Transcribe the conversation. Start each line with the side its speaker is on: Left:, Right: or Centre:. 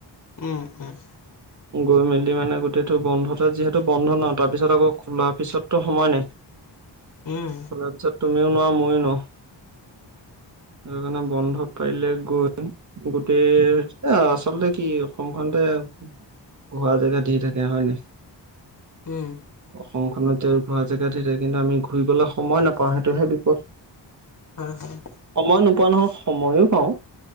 Left: উম উম
Right: গৈ মেলি মানে গোটেইটো বন্ধতে যিহেতু বন্ধ ন তাৰ পিছত আকৌ খোলাৰ পিছতটো সময় নাই।
Left: উম
Right: খোলা পিছত তুমিও নোৱাও মইয়ো নোৱাও। সেইকাৰণে বন্ধ পাৰিলে গৈ আহিম গোটেই এ আচলতে কি অসমখনতে। ঘূৰা জেগা ধেৰ থাকে হয় নাই।
Left: উম
Right: অসমখনত আৰু ঘূৰা জেগাত ধেই কিন্তু আমি ঘূৰি গলে সময় নাপাওঁ সেইটোহে বিপদ
Left: হয়-হয়
Right: সময় নোপোৱা নহয় সময়ো পাওঁ